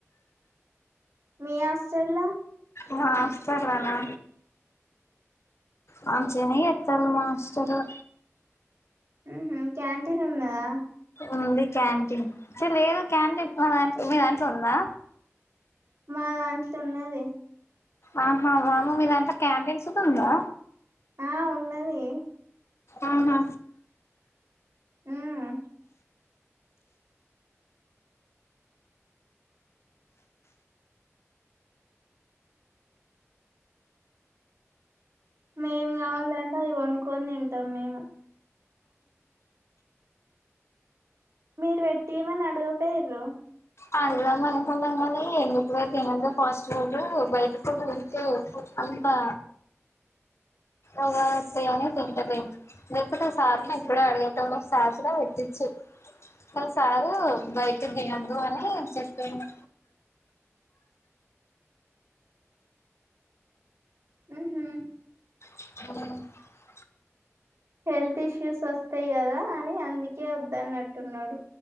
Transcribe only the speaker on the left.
మా హాస్టల్లనా మంచిగనే చెత్తల్లు మా హాస్టల్ ల్ల
ఉంది క్యాంటీన్ చి లేదు క్యాంటీన్ మా దాం మీ దాంట్లొ ఉందా?
ఆహా వామ్మో మీదాంట్ల క్యాంటన్స్ దుందా?
ఆహ
అడుగుదాం అనుకున్నం గానీ ఎందుకులే తినేదే ఫాస్ట్ ఫుడ్డు బయటికెళ్లి తింటే వద్దు అంతా ఎంగాదులే త్తయ్య అని తింటలేం లేకపొతె సార్ నీ ఎప్పుడో అడిగేటొళ్ళం సార్ గూడ పెట్టిచ్చు. కని సారు బైటిద్ తిన్నొద్దు అని కి చెప్పిండు
ఉ